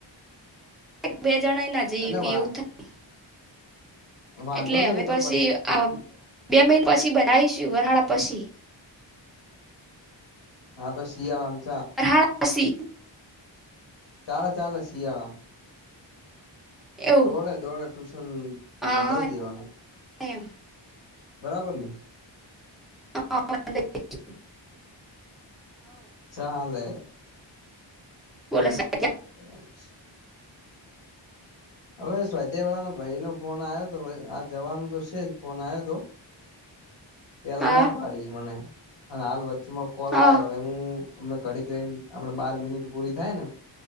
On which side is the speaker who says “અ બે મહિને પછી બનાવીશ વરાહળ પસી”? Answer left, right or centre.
Centre